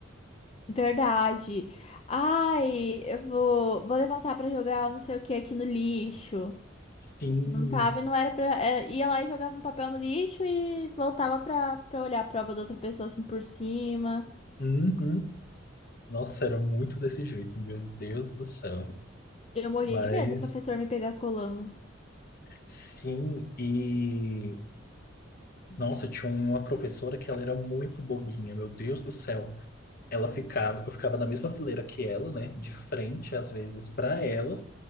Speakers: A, on the left; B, on the left.
A: Verdade. Ai, eu vou, vou levantar pra jogar não sei o que aqui no lixo.
B: Sim,
A: Não tava e não era pra. era- ia lá e jogava um papel no lixo e voltava pra, pra olhar a prova da outra pessoa assim por cima.
B: uhum. Nossa, era muito desse jeito, meu Deus do céu.
A: Eu morria
B: Mas,
A: de medo do professor me pegar colando.
B: sim, e, nossa, tinha uma professora que ela era muito bobinha, meu Deus do céu. ela ficava, eu ficava na mesma fileira que ela, né? De frente, às vezes, para ela,